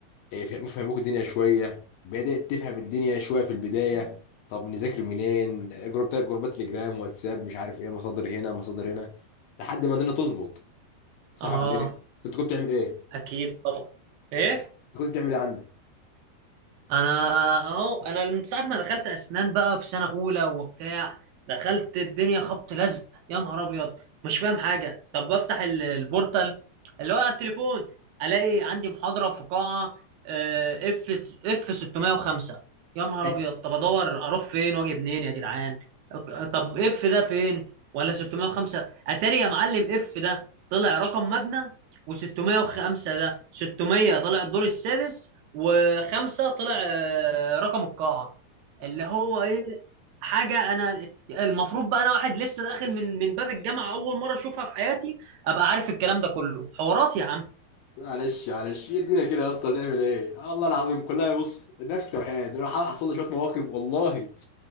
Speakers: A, on the left; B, on the right.
A: إيه، فهم- فهموك الدنيا شويه بدات تفهم الدنيا شويه في البدايه طب نذاكر منين جروبات جروبات تليجرام واتساب مش عارف ايه مصادر هنا مصادر هنا لحد ما الدنيا تظبط صح
B: اه
A: ولا ايه كنت كنت بتعمل ايه
B: اكيد طبعا ايه
A: كنت كنت بتعمل ايه عندك
B: انا اهو انا من ساعه ما دخلت اسنان بقى في سنه اولى وبتاع دخلت الدنيا خبط لزق يا نهار ابيض مش فاهم حاجه طب بفتح ال- البورتال اللي هو على التليفون الاقي عندي محاضره في قاعه اف اف 605 يا نهار
A: <laughs>
B: ابيض طب ادور اروح فين واجي منين يا جدعان أك- طب اف ده فين ولا 605 اتاري يا معلم اف ده طلع رقم مبنى و605 ده 600 طلع الدور السادس وخمسة طلع آه، رقم القاعة اللي هو ايه حاجة انا المفروض بقى انا واحد لسه داخل من من باب الجامعة اول مرة اشوفها في حياتي ابقى عارف الكلام ده كله حوارات يا عم
A: معلش معلش هي الدنيا كده يا اسطى هتعمل ايه الله العظيم كلها بص نفس توحيد انا حصل لي شويه مواقف والله